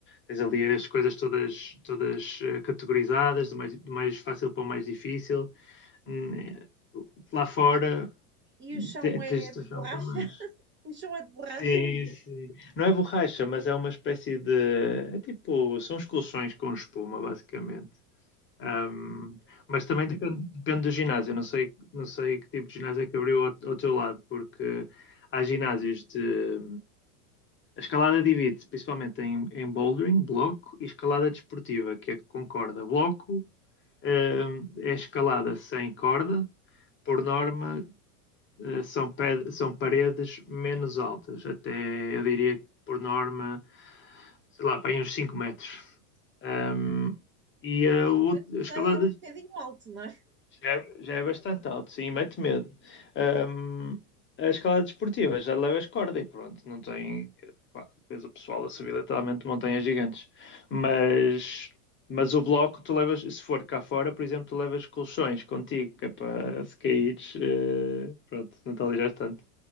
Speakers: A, on the left (about 25°); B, on the right (about 25°).
A: Tens ali as coisas todas, todas eh, categorizadas, do mais, do mais fácil para o mais difícil. Hum, eh, Lá fora
B: E, e o chão
A: te- tens
B: é
A: de
B: de
A: achar
B: borracha?
A: um bocado mais.
B: <laughs> O chão é de borracha?
A: Sim, sim. Não é borracha, mas é uma espécie de. É tipo. São os colchões com espuma, basicamente. Ahm, mas também depende, depende do ginásio. Eu Não sei, não sei que tipo de ginásio é que abriu ao, ao teu lado, porque há ginásios de. A escalada divide-se principalmente em, em bouldering, bloco, e escalada desportiva, que é com corda. Bloco, ahm, é escalada sem corda, por norma, eh, são, pe- são paredes menos altas, até eu diria que por norma, sei lá, para aí uns 5 metros. Ahm, e a,
B: 5
A: outra,
B: metros
A: a escalada
B: já é um bocadinho alto, não é?
A: já é, já é bastante alto, sim, mete medo. Ahm, a escalada desportiva já levas corda e pronto, não tem. Pá, depois o pessoal a subir literalmente montanhas gigantes. Mas, mas o bloco, tu levas, se for cá fora, por exemplo, tu levas colchões contigo, que é para se caíres. eh, pronto, não te alijas tanto.